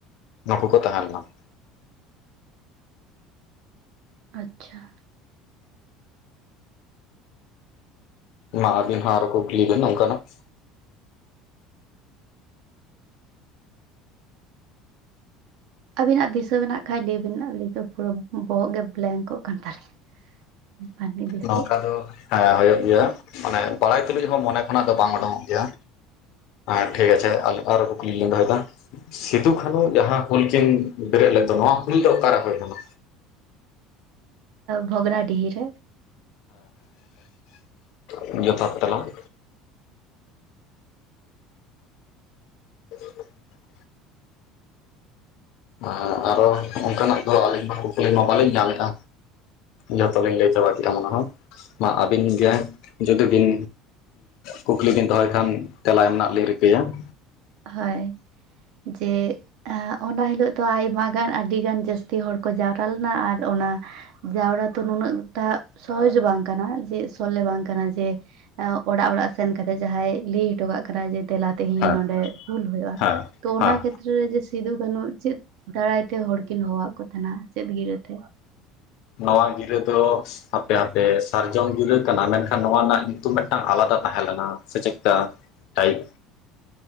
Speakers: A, on the left; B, on the right.
A: ᱱᱩᱠᱩ ᱠᱚ ᱛᱟᱦᱮᱸ ᱞᱮᱱᱟ ᱾
B: ᱟᱪᱪᱷᱟ ᱾
A: ᱢᱟ ᱟᱹᱵᱤᱱ ᱦᱚᱸ ᱟᱨᱚ ᱠᱩᱠᱞᱤ ᱵᱤᱱ ᱱᱚᱝᱠᱟᱱᱟᱜ ᱾
B: ᱟᱹᱵᱤᱱᱟᱜ ᱫᱤᱥᱟᱹ ᱢᱮᱱᱟᱜ ᱠᱷᱟᱡ ᱞᱟᱹᱭ ᱵᱤᱱ ᱟᱹᱞᱤᱧ ᱫᱚ ᱯᱩᱨᱟᱹ ᱵᱚᱦᱚᱜ ᱜᱮ ᱵᱞᱮᱝᱠᱚᱜ ᱠᱟᱱ ᱛᱟᱹᱞᱤᱧᱟ᱾ ᱵᱟᱞᱤᱧ ᱫᱤᱥᱟᱹᱭᱮᱫ
A: ᱱᱚᱝᱠᱟ ᱫᱚ ᱦᱮᱸ ᱦᱳᱭᱳᱜ ᱜᱮᱭᱟ ᱢᱟᱱᱮ ᱵᱟᱲᱟᱭ ᱛᱩᱞᱩᱡ ᱦᱚᱸ ᱢᱚᱱᱮ ᱚᱱᱟ ᱫᱚ ᱵᱟᱝ ᱚᱰᱳᱝᱚᱜ ᱜᱮᱭᱟ ᱟᱨ ᱴᱷᱤᱠᱟᱪᱷᱮ ᱟᱨᱚᱸ ᱠᱩᱠᱞᱤ ᱞᱤᱧ ᱫᱚᱦᱚᱭᱫᱟ ᱾ ᱥᱤᱫᱩ ᱠᱟᱹᱱᱩ ᱡᱟᱦᱟᱸ ᱦᱩᱞ ᱠᱤᱱ ᱵᱮᱨᱮᱫ ᱞᱮᱫ ᱫᱚ ᱱᱚᱣᱟ ᱦᱩᱞ ᱫᱚ ᱚᱠᱟᱨᱮ ᱦᱩᱭ ᱠᱟᱱᱟ?
B: ᱵᱷᱚᱜᱽᱱᱟᱰᱤᱦᱤ ᱨᱮ ᱾
A: ᱦᱮᱸ ᱡᱚᱛᱷᱟᱛ ᱛᱮᱞᱟ ᱾ <inaudible> ᱚᱸ ᱟᱨᱚ ᱚᱱᱠᱟᱱᱟᱜ ᱫᱚ ᱟᱹᱞᱤᱧ ᱢᱟ ᱠᱩᱠᱞᱤ ᱢᱟ ᱵᱟᱹᱞᱤᱧ ᱧᱟᱢᱮᱫᱼᱟ᱾ ᱡᱷᱚᱛᱚᱞᱤᱧ ᱞᱟᱹᱭ ᱪᱟᱵᱟ ᱠᱮᱜᱼᱟ ᱢᱚᱱᱮᱦᱚᱸ ᱢᱟ ᱟᱹᱵᱤᱱ ᱜᱮ ᱡᱩᱫᱤ ᱵᱤᱱ ᱠᱩᱠᱞᱤ ᱵᱤᱱ ᱫᱚᱦᱚᱭ ᱠᱷᱟᱱ ᱛᱮᱞᱟ ᱮᱢ ᱨᱮᱱᱟᱜ ᱞᱤᱧ ᱨᱤᱠᱟᱹᱭᱟ ᱾
B: ᱦᱚᱭ ᱡᱮ ᱟ ᱚᱱᱟ ᱦᱤᱞᱳᱜ ᱫᱚ ᱟᱭᱢᱟ ᱜᱟᱱ ᱟᱹᱰᱤ ᱜᱟᱱ ᱡᱟᱹᱥᱛᱤ ᱦᱚᱲ ᱠᱚ ᱡᱟᱣᱨᱟ ᱞᱮᱱᱟ ᱟᱨ ᱚᱱᱟ ᱡᱟᱣᱨᱟ ᱛᱚ ᱱᱩᱱᱟᱹᱜ ᱴᱟᱜ ᱥᱚᱦᱚᱡ ᱵᱟᱝ ᱠᱟᱱᱟ ᱡᱮ ᱥᱚᱞᱦᱮ ᱵᱟᱝ ᱠᱟᱱᱟ ᱡᱮ ᱚᱲᱟᱜ ᱚᱲᱟᱜ ᱥᱮᱱ ᱠᱟᱛᱮᱜ ᱡᱟᱦᱟᱸᱭ ᱞᱟᱹᱭ ᱦᱚᱴᱚ ᱠᱟᱜ ᱠᱟᱱᱟᱭ ᱡᱮ ᱫᱮᱞᱟ ᱛᱮᱦᱮᱧ
A: ᱦᱮᱸ
B: ᱫᱚ ᱱᱚᱱᱰᱮ ᱦᱩᱞ ᱦᱩᱭᱳᱜᱼᱟ
A: ᱦᱮᱸ
B: ᱛᱳ ᱚᱱᱟ
A: ᱦᱮᱸ
B: ᱠᱷᱮ ᱛᱨᱮ ᱨᱮ ᱡᱮ ᱥᱤᱫᱩ ᱠᱟᱹᱱᱩ ᱪᱮᱫ ᱫᱟᱨᱟᱭ ᱛᱮ ᱦᱚᱲᱠᱤᱱ ᱦᱚᱦᱚᱣᱟᱫ ᱠᱚ ᱛᱟᱦᱮᱸᱱᱟ ᱪᱮᱫ ᱜᱤᱨᱟᱹᱛᱮ?
A: ᱱᱚᱣᱟ ᱜᱤᱨᱟᱹ ᱫᱚ ᱦᱟᱯᱮ ᱦᱟᱯᱮ ᱥᱟᱨᱡᱚᱢ ᱜᱤᱨᱟᱹ ᱠᱟᱱᱟ ᱢᱮᱱᱠᱷᱟᱱ ᱱᱚᱣᱟ ᱨᱮᱱᱟᱜ ᱧᱩ ᱛᱩᱢ ᱢᱤᱫᱴᱟᱝ ᱟᱞᱟᱫᱟ ᱛᱟᱦᱮᱸ ᱞᱮᱱᱟ ᱥᱮ ᱪᱮᱜ ᱠᱟ ᱴᱟᱭᱤᱯ